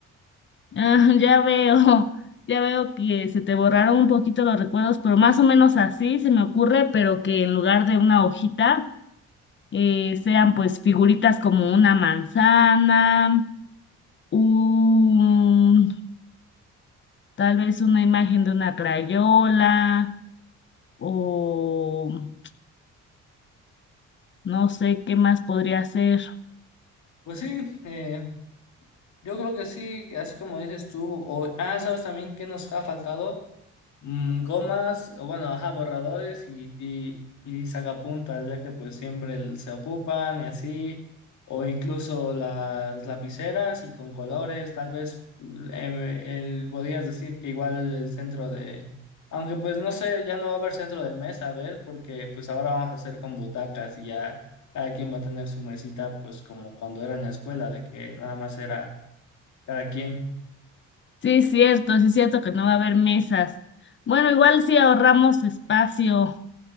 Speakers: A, on the left; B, on the left.
A: Ah, <laughs> ya veo, ya veo que se te borraron un poquito los recuerdos, pero más o menos así se me ocurre, pero que en lugar de una hojita eh, sean pues figuritas como una manzana, un, tal vez una imagen de una crayola o no sé qué más podría ser.
B: Pues sí, eh, yo creo que sí, así como dices tú. o- ah, ¿sabes también qué nos ha faltado? mm, gomas, o bueno, ajá, borradores y, y, y sacapuntas, ya que pues siempre el- se ocupan y así, o incluso las lapiceras y con colores, tal vez mm, em, el- podrías decir que igual el centro de, aunque pues no sé, ya no va a haber centro de mesa, ¿ves? Porque pues ahora vamos a hacer con butacas y ya cada quien va a tener su mesita, pues como cuando era en la escuela, de que nada más era cada quien.
A: Sí, es cierto, sí es cierto que no va a haber mesas. Bueno, igual sí ahorramos espacio.